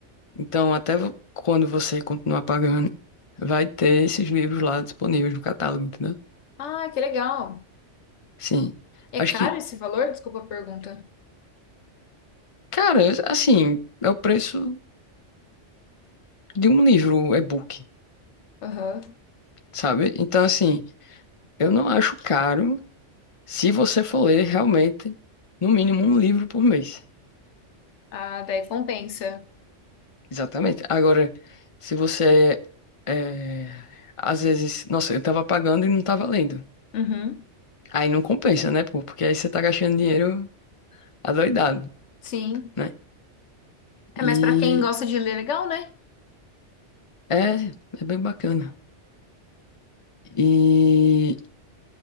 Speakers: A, on the left; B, on the left.
A: Então, até vo- quando você continuar pagando, vai ter esses livros lá disponíveis no catálogo, entendeu?
B: Ah, que legal.
A: Sim.
B: É
A: Acho
B: caro
A: que,
B: esse valor? Desculpa a pergunta.
A: cara, assim, é o preço de um livro um e-book,
B: Aham.
A: sabe? Então, assim. Eu não acho caro se você for ler realmente, no mínimo, um livro por mês.
B: Ah, daí compensa.
A: Exatamente. Agora, se você é, às vezes, nossa, eu tava pagando e não tava lendo.
B: Uhum.
A: Aí não compensa, né, pô? Porque aí você tá gastando dinheiro adoidado,
B: Sim.
A: né?
B: É,
A: E
B: mas pra quem gosta de ler, legal, né?
A: é, é bem bacana. E